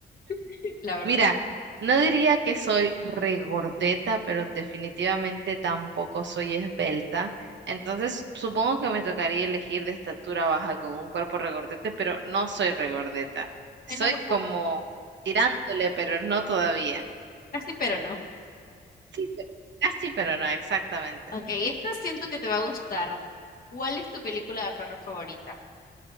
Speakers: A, on the left; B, on the right.
A: <laughs> La verdad
B: Mira,
A: es que,
B: no diría que soy regordeta, pero definitivamente tampoco soy esbelta. Entonces, supongo que me tocaría elegir de estatura baja con un cuerpo regordete, pero no soy regordeta.
A: bueno,
B: Soy
A: vos sabés,
B: como tirándole, pero no todavía.
A: casi pero no.
B: Sí, pero- casi, pero no, exactamente.
A: Ok, esta siento que te va a gustar. ¿Cuál es tu película de perro favorita?